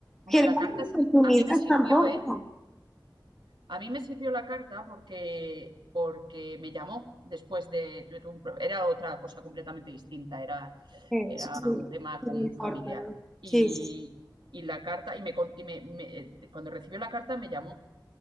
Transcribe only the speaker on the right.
Hombre,
la carta
es
un... A mí me sirvió,
¿eh? A mí me sirvió la carta porque, porque me llamó después de... tuve un pro- Era otra cosa completamente distinta, era,
era
un tema
con
un
familiar.
Y,
y la carta, y, me, con- y me- me- eh, cuando recibió la carta me llamó